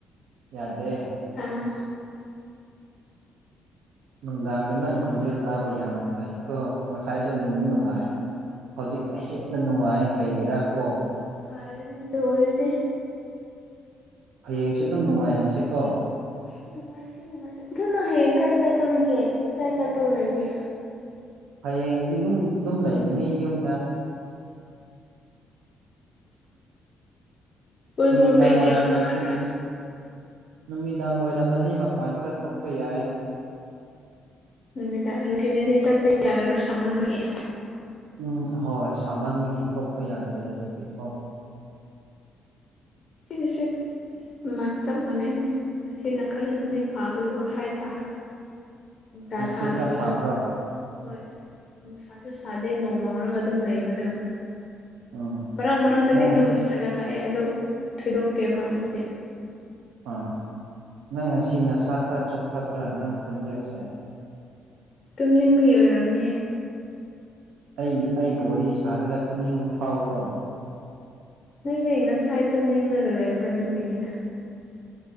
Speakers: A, on the right (about 85°); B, on the left (about 45°).
A: ꯌꯥꯗꯦ
B: ꯑꯥ
A: ꯅꯨꯡꯗꯥꯡꯗ ꯅꯪ ꯈꯣꯟꯖꯦꯜ ꯇꯥꯕ ꯌꯥꯝ ꯅꯨꯡꯉꯥꯏ ꯀꯣ ꯉꯁꯥꯏꯁꯨ ꯅꯨꯡꯗꯤ ꯅꯨꯡꯉꯥꯏ ꯍꯧꯖꯤꯛꯅ ꯍꯦꯟꯅ ꯅꯨꯡꯉꯥꯏ ꯀꯩꯒꯤꯔꯥ ꯀꯣ
B: ꯐꯥꯔꯦꯅꯦ ꯑꯗꯨ ꯑꯣꯢꯔꯗꯤ
A: ꯍꯌꯦꯡꯁꯨ ꯑꯗꯨꯝ ꯅꯨꯡꯉꯥꯏꯍꯟꯁꯤꯀꯣ
B: ꯅꯨꯡꯉꯥꯏꯁꯤ ꯅꯨꯡꯉꯥꯏꯁꯤ ꯑꯗꯨ ꯅꯪ ꯍꯌꯦꯡ ꯀꯥꯏ ꯆꯠꯇꯧꯔꯤꯒꯦ ꯀꯥꯏ ꯆꯠꯇꯧ ꯂꯩꯒꯦ ꯫
A: ꯍꯌꯦꯡꯗꯤ ꯑꯗꯨꯝ ꯑꯗꯨꯝ ꯂꯩꯒꯅꯤ ꯌꯨꯝꯗ
B: ꯀꯣꯏꯕ
A: ꯅꯨꯃꯤꯗꯥꯡ
B: ꯀꯩ-ꯀꯩ
A: ꯋꯥꯏꯔꯝꯒꯨꯝꯕ
B: ꯆꯠꯇꯕ꯭ꯔꯥ꯫
A: ꯅꯨꯃꯤꯗꯥꯡ ꯋꯥꯏꯔꯝꯗꯗꯤ ꯃꯄꯥꯟ ꯈꯔ ꯊꯣꯛꯄ ꯌꯥꯏ
B: ꯅꯨꯃꯤꯗꯥꯡ ꯅꯨꯡꯊꯤꯟꯗꯗꯤ ꯆꯠꯄ ꯌꯥꯗꯕ꯭ꯔꯥ ꯁꯥꯃꯟꯕꯒꯤ
A: ꯎꯝ ꯍꯣꯏ ꯁꯥꯃꯟꯕꯒꯤ ꯊꯣꯛꯄ ꯌꯥꯗꯦ ꯑꯗꯨꯒꯤꯀꯣ
B: ꯁꯤꯅꯁꯨ ꯃꯥꯟ ꯆꯞ ꯃꯥꯟꯅꯩꯅꯦ ꯉꯁꯤꯅ ꯈꯔ ꯅꯨꯃꯤꯠ ꯐꯥꯕꯒꯤ ꯑꯣꯏ ꯍꯥꯏꯇꯥꯔꯦ ꯅꯨꯡꯁꯥ
A: ꯉꯁꯤ
B: ꯁꯥꯗꯕꯨꯗꯨ
A: ꯈꯔ ꯐꯕ꯭ꯔꯣ
B: ꯍꯣꯏ ꯅꯨꯡꯁꯥꯁꯨ ꯁꯥꯗꯦ ꯅꯣꯡꯃꯪꯔꯒ ꯑꯗꯨꯝ ꯂꯩꯕꯗꯣ ꯫
A: ꯎꯝ
B: ꯃꯔꯥꯛ ꯃꯔꯥꯛꯇꯗꯤ
A: ꯅꯪ
B: ꯑꯗꯨꯝ ꯁꯒꯠ ꯂꯛ ꯑꯦ ꯑꯗꯨ ꯊꯣꯏꯗꯣꯛꯇꯦꯕ ꯑꯗꯨꯗꯤ
A: ꯑꯥ ꯅꯪ ꯉꯁꯤ ꯅꯁꯥ ꯈꯔ ꯆꯣꯛꯊꯕ꯭ꯔꯥ ꯅꯪ ꯈꯣꯟꯖꯦꯜꯁꯦ
B: ꯇꯨꯝꯅꯤꯡꯕꯒꯤ ꯑꯣꯏꯔꯝꯅꯤꯌꯦ
A: ꯑꯩ ꯑꯩ ꯕꯣ ꯋꯥꯔꯤ ꯁꯥꯔꯒ ꯇꯨꯝꯅꯤꯡꯕ ꯐꯥꯎꯕ꯭ꯔꯣ
B: ꯅꯅꯦ ꯉꯁꯥꯏꯠꯇꯝ ꯅꯉꯒ ꯂꯩꯕ ꯑꯗꯨꯒꯤꯅꯤꯗ